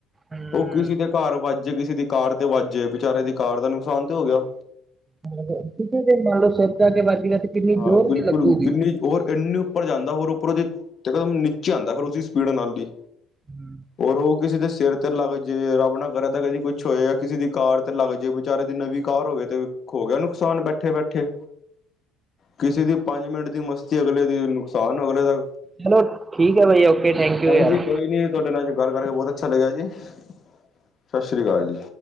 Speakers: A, on the right; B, on the left.
A: ਹੂੰ
B: ਉਹ। ਕਿਸੇ ਦੇ ਘਰ ਵੱਜੇ ਕਿਸੇ ਦੀ ਕਾਰ ਤੇ ਵੱਜੇ ਵਿਚਾਰੇ ਦੀ ਕਾਰ ਦਾ ਨੁਕਸਾਨ ਤੇ ਹੋ ਗਿਆ ਹੈ।
A: ਮੰਨ ਲਓ ਕਿਸੇ ਦੇ ਮੰਨ ਲਓ ਸਿਰ 'ਚ ਆਕੇ ਵੱਜ ਗਿਆ ਤੇ। ਕਿੰਨੀ
B: ਹਾਂ
A: ਜ਼ੋਰ
B: ਬਿਲਕੁਲ
A: ਦੀ ਲੱਗੂਗੀ
B: ਜਿੰਨੀ। ਔਰ ਇੰਨੀ ਉੱਪਰ ਜਾਂਦਾ ਹੋਰ ਉੱਪਰੋਂ ਦੀ ਦੇਖੋ ਨੀਚੇ ਆਉਂਦਾ, ਫਿਰ ਉਸਦੀ ਸਪੀਡ ਨਾਲ ਦੀ।
A: ਹੂੰ
B: ਔਰ ਉਹ। ਕਿਸੇ ਦੇ ਸਿਰ ਤੇ ਲੱਗ ਜੇ ਰੱਬ ਨਾ ਕਰ ਤਾਂ ਕਦੀ ਕੁਛ ਹੋਏ ਜਾਂ, ਕਿਸੇ ਦੀ ਕਾਰ ਤੇ ਲੱਗ ਜੇ ਵਿਚਾਰੇ ਦੀ ਨਵੀਂ ਕਾਰ ਹੋਵੇ ਤੇ। ਹੋ ਗਿਆ ਨੁਕਸਾਨ ਬੈਠੇ ਬੈਠੇ। ਕਿਸੀ ਦੀ ਪੰਜ ਮਿੰਟ ਦੀ ਮਸਤੀ। ਅਗਲੇ ਦੀ ਨੁਕਸਾਨ ਅਗਲੇ ਦਾ,
A: ਚਲੋ ਠੀਕ ਹੈ ਭਾਈ ਓਕੇ ਥੈਂਕ ਯੂ
B: ਹਾਂਜੀ
A: ਯਾਰ
B: ਕੋਈ ਨੀ ਤੁਹਾਡੇ ਨਾਲ। ਗੱਲ ਕਰਕੇ ਬਹੁਤ ਅੱਛਾ ਲੱਗਿਆ ਜੀ, ਸਤਿ ਸ਼੍ਰੀ ਅਕਾਲ ਜੀ।